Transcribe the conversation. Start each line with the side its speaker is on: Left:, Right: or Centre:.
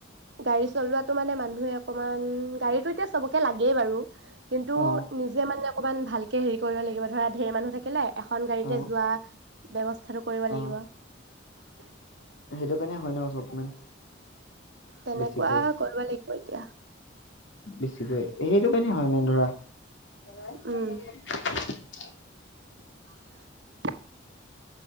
Right: গাড়ী চলোৱাতটো মানে মানুহে অকমান, গাড়ীতটো এতিয়া চবকে লাগেই বাৰু। কিন্তু
Left: অ
Right: নিজে মানে অকণমান ভালকে হেৰি কৰিব লাগিব, ধৰা ধেৰ মানুহ থাকেনাই এখন গাড়ীতে
Left: অ
Right: যোৱা ব্যৱস্থা- কথাটো কৰিব
Left: অ
Right: লাগিব। <unintelligible>
Left: সেইটো কাৰণে হয় ন চব মানে।
Right: তেনেকোৱা
Left: বেছিকৈ
Right: কৰিব লাগিব এতিয়া।
Left: বেছিকৈ সেইটো কেনে হয় মেন ধৰা <unintelligible>
Right: উম <unintelligible>